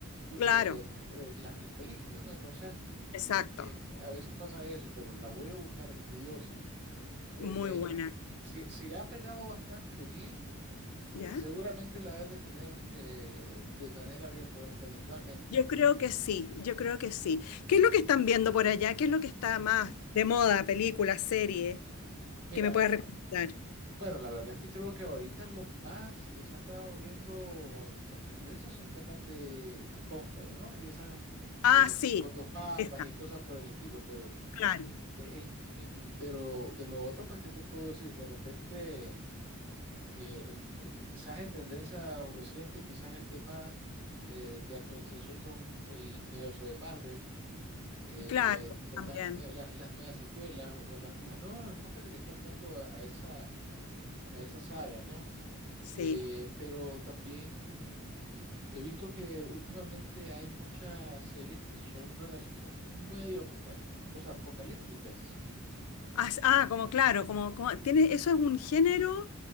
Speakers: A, on the right; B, on the left.
A: u-
B: Claro,
A: eh, eh, la- las películas, ¿no? Entonces,
B: exacto.
A: eh, a veces pasa eso, pero la voy a buscar envidiosa. Eh,
B: Muy
A: de hecho,
B: buena.
A: si, si ha pegado bastante bien,
B: ¿Ya?
A: eh, seguramente la deben de tener eh, de manera abierta internacionalmente.
B: Yo creo que sí, yo creo que sí. ¿Qué es lo que están viendo por allá? ¿Qué es lo que está más de moda, película, serie,
A: Mira,
B: que me puedes recomendar?
A: Bueno, la verdad es que creo que ahorita lo más que se ha estado viendo por tendencia son temas de, de cónclave, ¿no? Y esas,
B: Ah,
A: los, dos-
B: sí,
A: los dos papas
B: esa,
A: y cosas por el estilo, pero
B: claro,
A: eh, en, en- de lo, de lo otro, pues, ¿qué te puedo decir? De repente, eh, el- el- quizás en tendencia o reciente, quizás el tema eh, de actualización con el universo de Marvel, eh,
B: claro,
A: que están
B: también,
A: las, nue- las, las nuevas secuelas o la- los nuevos enfoques que le están dando a a esa, a esa saga, ¿no?
B: sí.
A: Eh, pero también he visto que últimamente hay muchas series que son, relac- son, son medio apocal- o sea, apocalípticas.
B: Ah, s- ah, como claro, como, como tiene, eso es un género